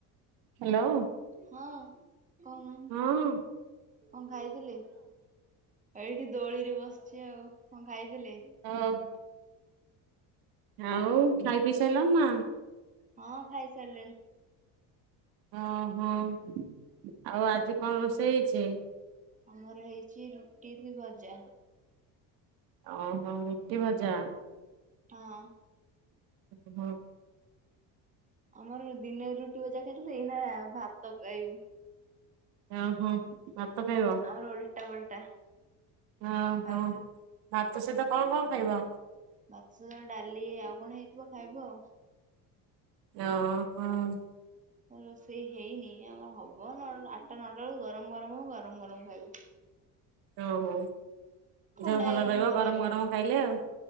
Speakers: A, on the right (about 75°); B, on the right (about 20°).
A: ହ୍ୟାଲୋ।
B: ହଁ କହୁ ନାହାନ୍ତି
A: ହଁ
B: କଣ ଖାଇଥିଲେ? ଏଇଠି ଦୋଳି ରେ ବସିଚି ଆଉ କଣ ଖାଇଥିଲେ?
A: ଅ ହ। ଆଉ ଖାଇ ପି ସାଇଲନି ନା?
B: ହଁ ଖାଇ ସାରିଲେଣି।
A: ଅ ହଁ ଆଉ ଆଜି କଣ ରୋଷେଇ ହେଇଛି?
B: ଆମର ହେଇଛି ରୁଟି କୁ ଭଜା।
A: ଓହୋ ରୁଟି ଭଜା
B: ହଁ।
A: ଓ ହଁ।
B: ଆମର ଦିନରେ ରୁଟି ବଜା ଖାଇଥିଲୁ। ଏଇନା ଭାତ କାଇବୁ।
A: ଓହୋ ଭାତ ଖାଇବ?
B: ଆମର ଓଲଟା ପଲଟା।
A: ଓହୋ
B: ଖାଉଛୁ
A: ଭାତ ସହିତ କଣ କଣ ଖାଇବ?
B: ମାଛ, ଡାଲି ଆଉ କଣ ହେଇଥିବ ଖାଇବୁ ଆଉ।
A: ଅ ହଁ।
B: ରୋଷେଇ ହେଇନି। ଆମର ହବ ନଅ ଆଠଟା ନଅଟା ବେଳୁ ଗରମ ଗରମ ହବ ଗରମ ଗରମ ଖାଇବୁ।
A: ଓ ହୋ
B: ଥଣ୍ଡା
A: ଦେହ ଭଲ
B: ହେଇଗଲେ
A: ରହିବ
B: ମତେ
A: ଗରମ
B: ଲାଗେନି
A: ଗରମ ଖାଇଲେ ଆଉ।